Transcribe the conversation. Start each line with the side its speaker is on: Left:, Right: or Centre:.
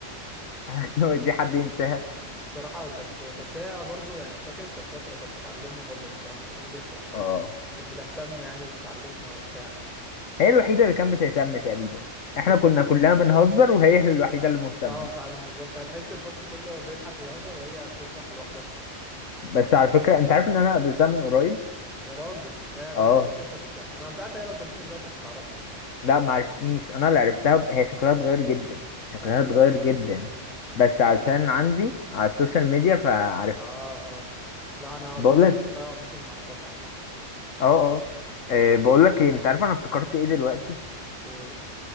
Left: <laughs> دي حد ينساها
Centre: الصراحة كانت بس هي برضو يعني فاكر كانت شاطرة كانت بتعلمنا حلو الصراحة في الانجليش كانت
Left: اه
Centre: كانت بتهتم يعني وبتعلمنا وبتاع
Left: هي الوحيده اللي كانت بتهتم تقريبا احنا
Centre: بس
Left: كنا كلنا بنهزر وهي الوحيده اللي مهتمه
Centre: اه فعلا بالظبط هتحس الفصل كله بيضحك ويهزر وهي بتشرح لوحدها
Left: بس على فكره انت عارف ان انا قابلتها من قريب
Centre: يا راجل يا ده
Left: اه
Centre: انا نفسي اشوفها صدقني انا مش عارف هي لو شافتني دلوقتي مش هتعرفني اصلا
Left: لا ما عرفتنيش انا اللي عرفتها ب- هي شكلها اتغير جدا
Centre: ما
Left: شكلها
Centre: اكيد
Left: اتغير
Centre: ما
Left: جدا
Centre: اكيد يا ابني
Left: بس علشان عندي على السوشيال ميديا فعارفها
Centre: اه اه لا انا
Left: بقول
Centre: اظن لو
Left: لك
Centre: شفتها ممكن ما اعرفهاش عادي
Left: اه اه آه، بقول لك ايه انت عارف انا افتكرت ايه دلوقتي
Centre: ايه